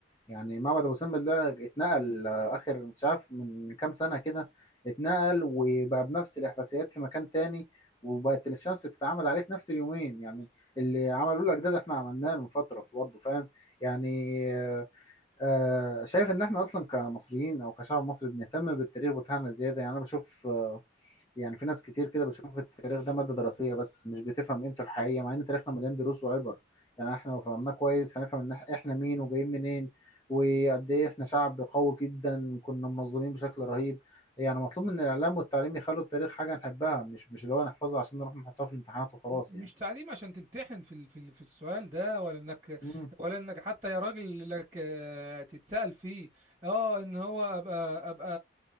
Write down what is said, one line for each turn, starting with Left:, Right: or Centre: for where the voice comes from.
Left: يعني معبد ابو سمبل ده اتنقل آه، اخر مش عارف من كام سنه كده اتنقل وبقى بنفس الاحداثيات في مكان تاني وبقت الشمس بتتعمد عليه في نفس اليومين يعني اللي عملوه الاجداد احنا عملناه من فتره برضه فاهم يعني آه، شايف ان احنا اصلا كمصريين او كشعب مصري بنهتم بالتاريخ بتاعنا زياده يعني انا بشوف آه، يعني في ناس كتير كده بتشوف التاريخ ده ماده دراسيه بس مش بتفهم قيمته الحقيقيه مع ان تاريخنا مليان دروس وعبر يعني احنا لو فهمناه كويس هنفهم ان إح- احنا مين وجايين منين وقد ايه احنا شعب قوي جدا كنا منظمين بشكل رهيب يعني مطلوب من الاعلام والتعليم يخلوا التاريخ حاجه نحبها مش مش اللي هو نحفظها عشان نروح نحطها في الامتحانات وخلاص
Right: مش
Left: يعني
Right: تعليم عشان تمتحن في ال- في ال- في السؤال ده ولا انك
Left: امم
Right: ولا انك حتى يا راجل لك آه، تتسأل فيه اه ان هو ابقى ابقى